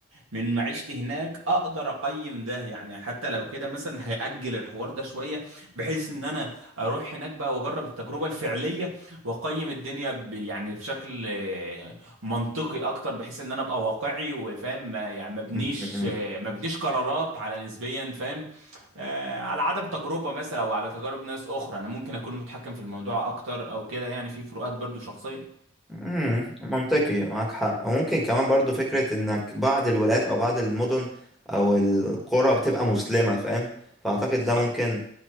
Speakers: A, on the right; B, in the centre.
A: من معيشتي هناك أقدر أقيم ده يعني حتى لو كده مثلا هأجل الحوار ده شوية بحيث إن أنا أروح هناك بقى وأجرب التجربة الفعلية وأقيم الدنيا ب يعني بشكل آه، منطقي أكتر بحيث إن أنا أبقى واقعي وفاهم ما- يعني ما بنيش
B: م- م-
A: ما بنيش قرارات على نسبيا فاهم آه، على عدم تجربة مثلا أو على تجارب ناس أخرى أنا ممكن أكون متحكم في الموضوع أكتر أو كده يعني في فروقات برضو شخصية
B: امم منطقي معاك حق وممكن كمان برضو فكرة انك بعض الولايات او بعض المدن او القرى بتبقى مسلمة فاهم فاعتقد
A: بالظبط
B: ده ممكن